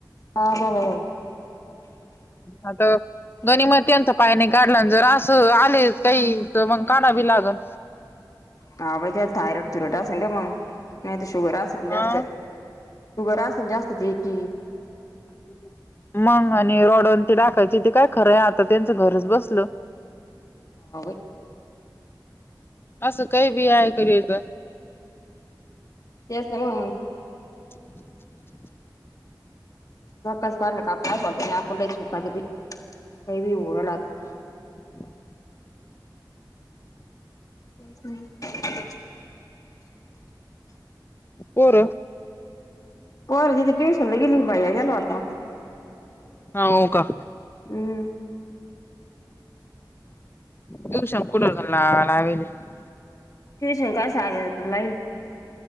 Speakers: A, on the left; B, on the left.
A: बाबाहो!
B: आत गणिम त्यांचा पाय नाही काढला जर असं आले काही तर मग काडव बी लागल.
A: हा बा त्या थायरॉइड तुरॉड असन ग मग नाही तर शुगर असन
B: अ
A: जास्त. शुगर असन जास्त त्याची.
B: <inaudible> मग आणि रॉड अन ते टाकायची ते काय खरं आता त्यांचं घरच बसल.
A: हव बाई.
B: असं काही बी ऐकायला येत.
A: ते असल्या मूळ
B: <inaudible>
A: आस वाटत आपण लय सुख हाय बाई काय बी होऊ राहील आता.
B: <inaudible>
A: ते ना!
B: पोर
A: पोर तिथ ट्युशन ला गेली की बाई गेला होता आता.
B: हा न का <inaudible> <unintelligible>
A: हम्म
B: ट्यूशन कठ ला लावेली <unintelligible>
A: ट्यूशन कासग कई <unintelligible>